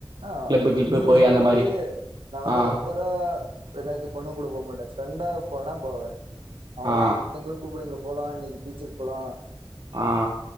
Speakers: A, on the right; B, on the right.
A: ஆ
B: கிளப்பு கிளப்பு
A: நீங்க
B: போய்
A: சொன்ன
B: அந்த
A: மாரி நா வந்து
B: ஆ
A: லவ்வரா என்னா இது பொண்ணுங் கூட போமாட்டே ப்ரெண்ட் ஃப்ரெண்டா போனா போவே அவ்ளோதா
B: ஆ
A: அந்த புள்ளைங்கலு கூப்படுங்க போல இன்னைக்கு பீச்சுக்கு போலா
B: ஆ